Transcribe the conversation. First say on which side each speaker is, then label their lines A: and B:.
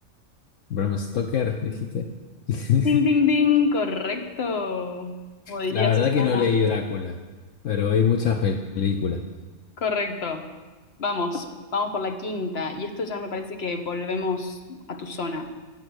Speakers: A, on the left; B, on the left.
A: Bram Stoker, dijiste. <laughs>
B: Ding, ding, ding, correcto. Como diría
A: La verdad
B: Susana.
A: que no leí Drácula, pero hay muchas pel- películas.
B: Correcto. Vamos, vamos por la quinta. Y esto ya me parece que volvemos a tu zona.